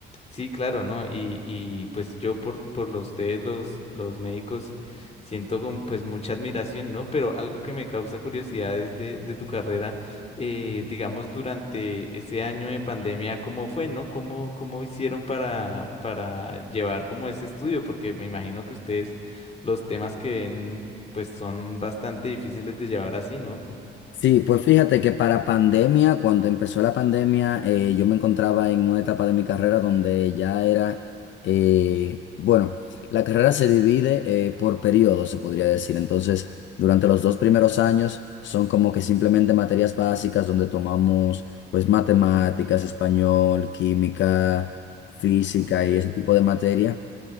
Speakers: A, on the left (about 30°); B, on the left (about 70°).
A: Sí, claro, ¿no? Y, y pues yo por, por los ustedes, los, los médicos, siento como, pues mucha admiración, ¿no? Pero algo que me causa curiosidad es de, de tu carrera, eh, digamos, durante ese año de pandemia, ¿cómo fue, no? ¿Cómo, cómo hicieron para, para llevar como ese estudio? Porque me imagino que ustedes, los temas que ven, pues son bastante difíciles de llevar así, ¿no?
B: Sí, pues fíjate que para pandemia, cuando empezó la pandemia, eh, yo me encontraba en una etapa de mi carrera donde ya era, eh, bueno, la carrera se divide eh, por periodos, se podría decir. Entonces, durante los dos primeros años son como que simplemente materias básicas donde tomamos pues matemáticas, español, química, física
A: Ok.
B: y ese tipo de materia